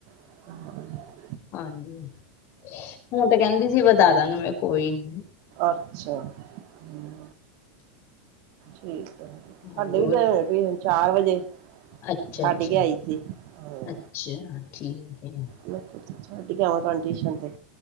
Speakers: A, on the right (about 55°); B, on the left (about 50°).
A: ਹਹ <unintelligible>
B: ਹਾਂਜੀ ਹੁਣ ਤੇ ਕਹਿੰਦੀ ਸੀ ਵਦਾ ਦਾਂਗੇ ਮੈਂ ਕੋਈ ਨੀ
A: ਅੱਛਾ ਹਮ ਠੀਕ ਹੈ
B: ਹੋਰ
A: ਸਾਡੇ ਵੀ ਗਏ ਹੋਣੇ ਤੁ ਹ ਚਾਰ ਵਜੇ
B: ਅੱਛਾ,
A: ਛੱਡ
B: ਅੱਛਾ,
A: ਕੇ ਆਈ ਸੀ ਹਾਂ
B: ਅੱਛਾ ਠੀਕ ਹੈ।
A: ਮੈਂ ਛੱਡ ਕੇ ਆਵਾਂ ਤੁਹਾਾਨੂੰ ਟਿਊਸ਼ਨ ਤੇ